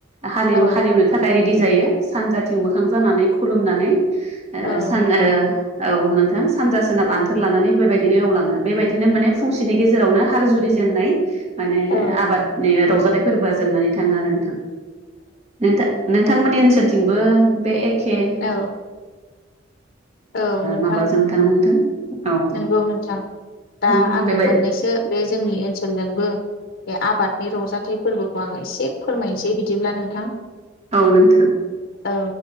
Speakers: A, on the right (about 35°); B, on the left (about 50°).
A: हालेव
B: औ
A: हालेवनो थाखाय रेडि जायो सानजाथिं मोखां जानानै खुलुमनानै ओ
B: औ
A: सान
B: नोंथां
A: ओ औ नोंथां सानजा सोनाब आन्थोर लानानै बेबायदिनो एवलाङो बेबायदिनो माने फुंसेनि गेजेरावनो हाल जुरि जेन होननाय माने
B: औ
A: आबादनि रंजाथाइ फोरबोआ जोबनानै थाङो आरो नोंथां नोंथां नोंथांमोननि ओनसोलथिंबो बे एखे
B: औ औ नों
A: माबाजों थां नोंथां औ
B: नंगौ नोंथां दा
A: औ
B: आङो
A: बेबाय
B: मोननैसो बे जोंनि ओनसोलजोंबो बे आबादनि रंजाथाइ फोरबोखौ आङो एसे फोरमायनोसै बिदिब्ला नोंथां
A: औ नोंथां
B: औ